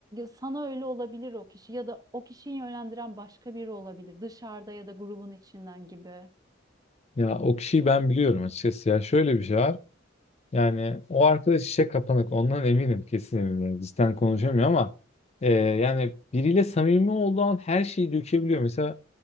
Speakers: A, on the right; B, on the left.
A: sana öyle olabilir o kişi ya da o kişiyi yönlendiren başka biri olabilir. Dışarıda ya da grubun içinden gibi.
B: Ya o kişiyi ben biliyorum açıkçası ya şöyle bir şey var. Yani o arkadaş işe kapanık ondan eminim kesin eminim. Yani Cidden konuşamıyor ama e, yani biriyle samimi olduğu an her şeyi dökebiliyor. Mesela